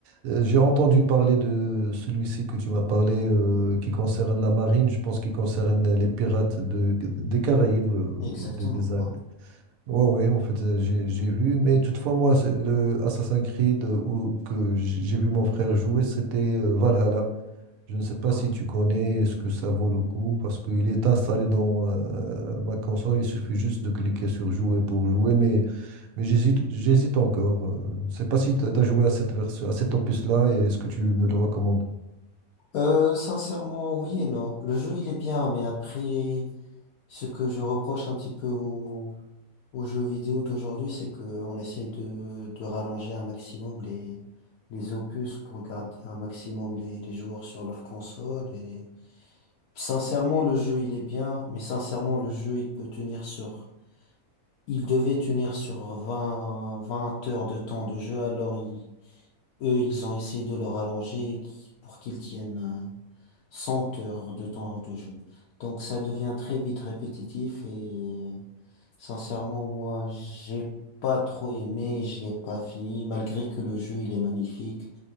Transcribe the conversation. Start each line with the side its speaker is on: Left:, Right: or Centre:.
Right: Euh, j'ai entendu parler de celui-ci que tu m'as parlé, euh, qui concerne la marine, je pense qu'il concerne les pirates de, des Caraïbes, euh,
Left: Exactement,
Right: des, des An-
Left: ouais,
Right: Ouais, ouais, en fait, euh, j'ai, j'ai vu, mais toutefois, moi, c'est le Assassin's Creed euh, où- que j'ai vu mon frère jouer, c'était euh, Valhalla. Je ne sais pas
Left: ouais.
Right: si tu connais ce que ça vaut le coup parce qu'il est installé dans euh, ma console. Il suffit juste de cliquer sur jouer pour jouer, mais, mais j'hésite, j'hésite encore. Euh, Je ne sais pas si tu as joué à cette version, à cet opus-là et est-ce que tu me le recommandes?
Left: Euh, sincèrement, oui et non. Le jeu, il est bien, mais après, ce que je reproche un petit peu aux, aux jeux vidéo d'aujourd'hui, c'est qu'on essaie de, de rallonger un maximum les, les opus pour garder un maximum les, les joueurs sur leur console et Sincèrement, le jeu, il est bien, mais sincèrement, le jeu, il peut tenir sur... Il devait tenir sur vingt vingt heures de temps de jeu, alors ils- eux, ils ont essayé de le rallonger qui- pour qu'il tienne euh, 100 heures de temps de jeu. Donc ça devient très vite répétitif et euh, sincèrement, moi, j'ai pas trop aimé, je l'ai pas fini, malgré que le jeu, il est magnifique.